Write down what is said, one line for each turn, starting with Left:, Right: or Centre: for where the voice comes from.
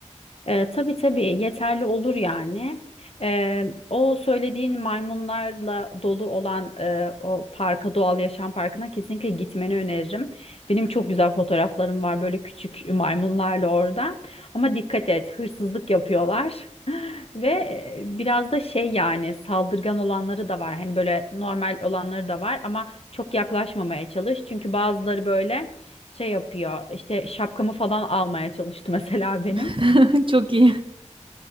Left: E, tabii tabii yeterli olur yani. E, o söylediğin maymunlarla dolu olan e, o parka, doğal yaşam parkına kesinlikle gitmeni öneririm. Benim çok güzel fotoğraflarım var böyle küçük maymunlarla orada. Ama dikkat et, hırsızlık yapıyorlar. Ve e, biraz da şey yani saldırgan olanları da var. Hani böyle normal olanları da var ama çok yaklaşmamaya çalış. Çünkü bazıları böyle şey yapıyor. İşte şapkamı falan almaya çalıştı mesela benim.
Right: <laughs> Çok iyi.